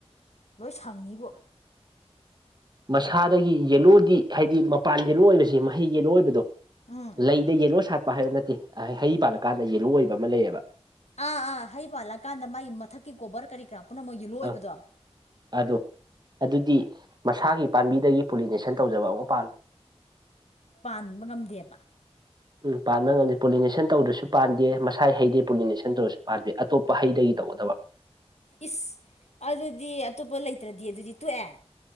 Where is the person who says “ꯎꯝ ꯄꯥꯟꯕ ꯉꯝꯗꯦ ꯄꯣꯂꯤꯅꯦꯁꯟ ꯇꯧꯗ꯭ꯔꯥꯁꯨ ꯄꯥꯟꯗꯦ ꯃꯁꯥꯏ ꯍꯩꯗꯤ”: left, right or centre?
Right